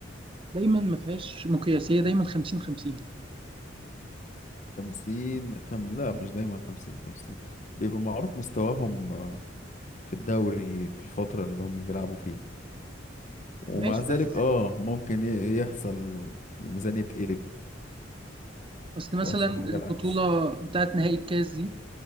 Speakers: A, on the right; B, on the left.
A: دايما ما فيهاش مقياسية دايما 50 50
B: خمسين خم... لا مش دايما خمسين خمسين بيبقى معروف مستواهم آه، في الدوري في الفترة اللي هم بيلعبوا فيها ومع
A: ماشي
B: ذلك
A: بس
B: اه ممكن ي- يحصل الميزانية تقلب
A: اصل مثلا
B: ويحصل حاجة
A: البطولة
B: العكس
A: بتاعت نهائي الكاس دي